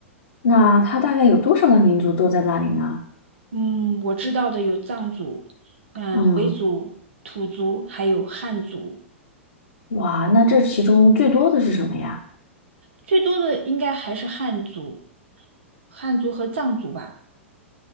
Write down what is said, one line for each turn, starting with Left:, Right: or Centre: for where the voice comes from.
Left: 那它大概有多少个民族都在那里呢？
Right: 嗯，我知道的有藏族，嗯、
Left: 嗯，
Right: 回族、土族，还有汉族，
Left: 哇，那这其中最多的是什么呀？
Right: 最多的应该还是汉族，汉族和藏族吧。